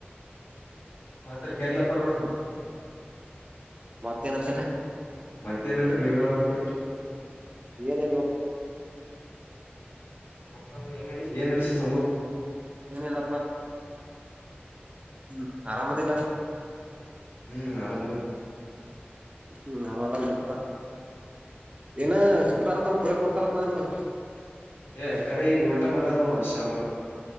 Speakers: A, on the left; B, on the right.
A: ಮತ್ತರಿ ಕರಿಲತ್ತಾರ ನೋಡ್ರಿ
B: ತನ ಸರ
A: ಮತ್ತೇನಲ್ರಿ ನೀವ್ ಹೇಳ್ಬೇಕಕ್್ರಿ
B: ನ ನ
A: ಮ ಸಂಗು ಏನ್ ನಡಿ ಏನ್ ನಡಸು ಸಂಘು
B: ಲ್ಲಪ್ಪ ಹ್ಮ್ ಆರಾಮದಿಲ್ಲ
A: ಹ್ಮ್ ಆರ
B: ನಮ್ಮ ಹೌಲ್ ಉಂತ ಏನ ಶುಕ್ರವಾರಕ್ಕಂದು ಪೂರ ಕೊಡ್ತಾರಪ್ಪ ನಿಮ್ಮಗೆ
A: ಏ ಕರ ಈಗ ಉಲ್ಟಾ ಮಾಡವ್ ನೋಡು ಶ್ಯಾಮರಾವ್